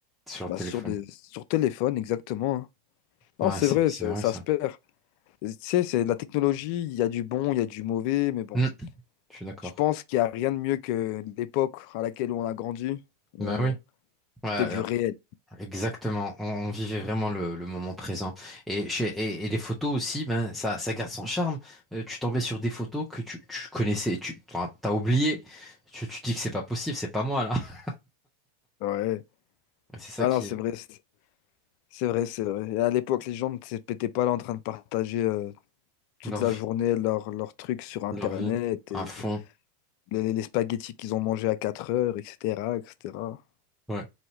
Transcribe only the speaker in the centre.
sur le
téléphone.
Ouais,
c'est
c'est
vrai
ça.
Hmm. Je suis d'accord.
Ben oui. Ouais,
Exactement, on, on vivait vraiment le, le moment présent. Et, chez, et, et les photos aussi, ben, ça, ça garde son charme. Euh, tu tombais sur des photos que tu, tu connaissais, tu t'en- t'as oublié. Tu, tu dis que c'est pas possible, c'est pas moi là. <laughs>
C'est ça
qui
est
leur
vie,
leur vie, un
fond.
Ouais,